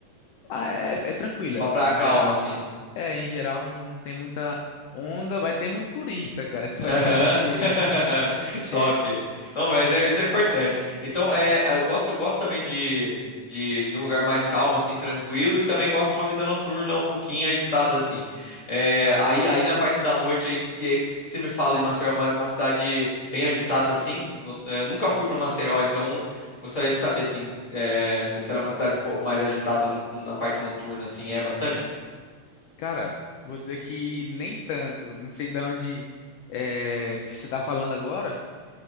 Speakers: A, on the left (about 90°); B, on the left (about 30°).
A: Ah, é, é tranquila,
B: Uma praia
A: em
B: calma,
A: geral.
B: assim.
A: É, em geral não, não tem muita onda, vai ter muito turista, cara. <laughs> Você
B: Aham.
A: vai estar cheia,
B: <laughs>
A: sempre cheia.
B: Top. Não, mas é, isso é importante. Então, é, eu gosto, eu gosto também de, de, de um lugar mais calmo, assim, tranquilo, e também gosto de uma vida noturna um pouquinho agitada, assim. É, aí, aí na parte da noite aí que, que, que você me fala de Maceió, uma, uma cidade bem agitada, assim. no- é, eu nunca fui para Maceió, então gostaria de saber, assim, é, se, se ela é uma cidade um pouco mais agitada no- na parte noturna, assim, é bastante?
A: Cara, vou dizer que nem tanto. Não sei de onde é, que você tá falando agora.